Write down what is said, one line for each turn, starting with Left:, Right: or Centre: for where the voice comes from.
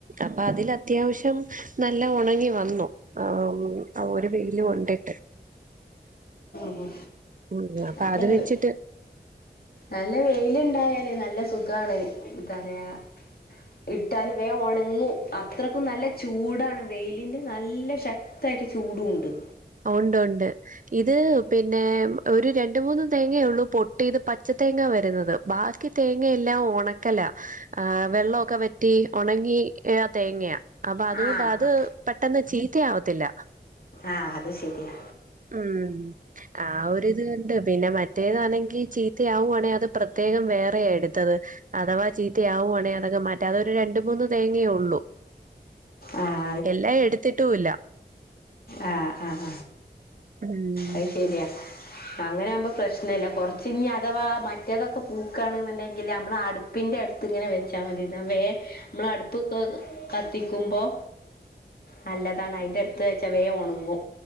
Right: അപ്പൊ അതിലു അത്യാവശ്യം നല്ല ഒണങ്ങി വന്നു ആ മ് ആ ഒരു വെയില് കൊണ്ടിട്ട്
Left: മ്
Right: ഉം അപ്പൊ
Left: നല്ല
Right: അത്
Left: വേ
Right: വെച്ചിട്ട്
Left: നല്ല വെയി ല് നണ്ടായാല് നല്ല സുഖാണ് ത്താ റയാ ഇട്ടാൽ വേ ഒണങ്ങും അത്രയ്ക്കും നല്ല ചൂടാണ് വെയിലിൻ്റെ നല്ല ശക് കത്തായിട്ട് ചൂടുും ഉണ്ട്
Right: ഒണ്ട് ഒണ്ട് ഇത് പിന്നെ ഒരു രണ്ട് മൂന്ന് തേങ്ങയ ഉള്ളൂ പൊട്ടിയത് പച്ച തേങ്ങ വരുന്നത് ബാക്കി തേങ്ങ എല്ലാം ഒണക്കല ആ വെള്ളക്കെോ വറ്റി ഒണങ്ങി തേങ്ങയാ അപ്പൊ അതുകൊണ്ട്
Left: ആഹ്
Right: അത് പെട്ടെന്ന് ചീത്ത ആവത്തില്ല
Left: ആഹ് അത് ശരിയാ
Right: ഉം ആ ഒരി ഇത് ഉണ്ട് പിന്നെ മറ്റേതാണെങ്കിൽ ചീത്തയാവുവാണെങ്കിൽ അത് പ്രത്യേകം വേറെ എടുത്തത് അഥവാ ചീത്തയാവുവാണെങ്കി അതൊക്കെ മറ്റാ അതൊരു രണ്ട മൂന്ന് തേങ്ങയേ ഉള്ളൂ
Left: ആഹ്
Right: എല്ലാം എടുത്തിട്ടൂല്ല
Left: ആഹആഹ
Right: ഉം
Left: ആഹ് ശരിയാ അങ്ങനെ ആവുമ്പോ പ്രശ്നമല്ല കൊറച്ച ഇനി അഥവാ മറ്റേതൊക്കെ പൂക്കാണ്ുണ്ടെങ്കില് നമ്മള് അടു പ്പിന്റെ അടുത്ത് ഇങ്ങനെ വെച്ചാൽ മതി വേ നമ്മള അടുപ്പ് കത്തിക്കുമ്പോ നല്ലതാണ് അയിന്റെ അടുത്ത് വെച്ച വേ ഒണങ്ങും